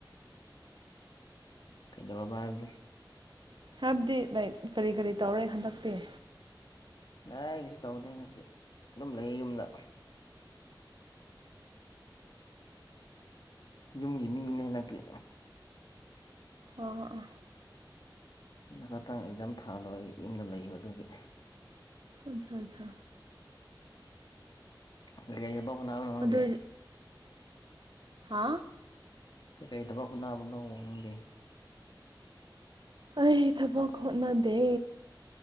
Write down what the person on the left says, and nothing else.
ꯀꯩꯗꯧꯔꯕ ꯍꯥꯏꯕꯗꯤ
ꯅ ꯑꯩꯀꯩꯁꯨ ꯇꯧꯗꯦ ꯍꯟꯗꯛꯇꯤ ꯑꯗꯨꯝ ꯂꯩꯌꯦ ꯌꯨꯝꯗ ꯌꯨꯝꯒꯤ ꯃꯤꯅꯦ ꯍꯟꯗꯛꯇꯤ
ꯍꯟꯗꯛ ꯈꯛꯇꯪ ꯑꯦꯛꯖꯥꯝ ꯊꯥ ꯂꯣꯏꯔ ꯌꯨꯝꯗ ꯂꯩꯕ ꯑꯗꯨꯒꯤ
ꯂꯩꯒꯕꯧ <unintelligible> ꯈꯪꯗꯤꯌꯦ
ꯀꯩꯀꯩ ꯗꯕ ꯍꯣꯠꯅꯕꯅꯣ ꯅꯪꯗꯤ